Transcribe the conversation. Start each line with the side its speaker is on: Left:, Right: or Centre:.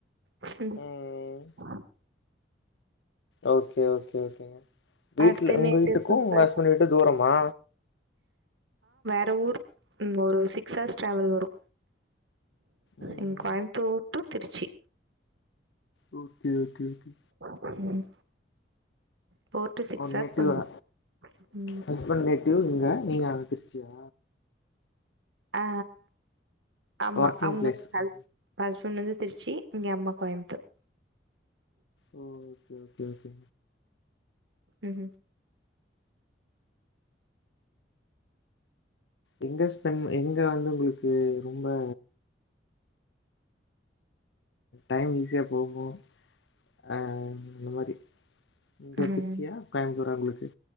Right: ஆஹ்
Left: ம் ஓகே ஒகே ஒகேகங்க வீட்டு்ல
Right: அடுத்து என்ன
Left: உங்க வீட்டுக்கு
Right: டிசம்பர்
Left: உங்க ஹஸ்பண்ட் வீட்டு தூரமா
Right: இந்த ஊர் ம் ஒரு சிக்ஸ் ஆர்ஸ் டிராவல் வரு
Left: ம்
Right: இங் கோயம்த்தூர் டு திருச்சி
Left: ம் செரி ஒகே ஓகே
Right: ம் four to six
Left: uh
Right: hours
Left: native
Right: வந்துரும்
Left: ஆ
Right: ம்
Left: ஹஸ்பண்ட் நேட்டிவ் இங்க நீங்க அ திருச்சியா
Right: ஆ ஆமா
Left: ஒர்க்கிங்
Right: அவுங்க
Left: பிளேஸ்
Right: <unintelligible>
Left: ஓ
Right: சொன்னது திருச்சி இங்க அம்மா கோயம்புத்தூர்
Left: ஓ ஓகே ஓகே
Right: ம்
Left: எங்க ஸ்பெண்ட் எங்க வந்து உங்களுக்கு ரொம்ப டைம் ஈஸியா போகு அ அந்த மாரி இங்க
Right: ம்
Left: திருச்சியா கோயம்ப்புத்தூரா உங்களுக் க